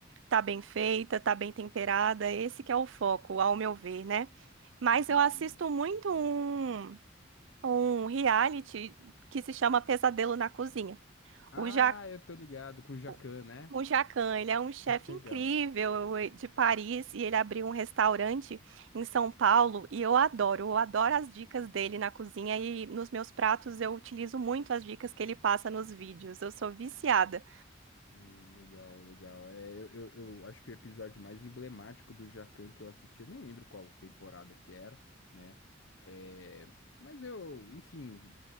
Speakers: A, on the right; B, on the left.
A: tá bem feita, tá bem temperada. Esse que é o foco, ao meu ver, né? Mas
B: Entendi.
A: eu assisto muito um um reality que se chama Pesadelo na Cozinha.
B: Ah,
A: O Jacques
B: eu tô ligado com o Jacan,
A: o
B: né?
A: o Jacan, ele é um chefe
B: <laughs> Legal.
A: incrível eh, de Paris e ele abriu um restaurante em São Paulo e eu adoro, eu adoro as dicas dele na cozinha e nos meus pratos eu utilizo muito as dicas que ele passa nos vídeos. Eu sou viciada.
B: Hum, Legal, legal. É, eu, eu, eu acho que o episódio mais emblemático do Jacan que eu assisti, eu não lembro qual temporada que era, né? É, mas eu, enfim,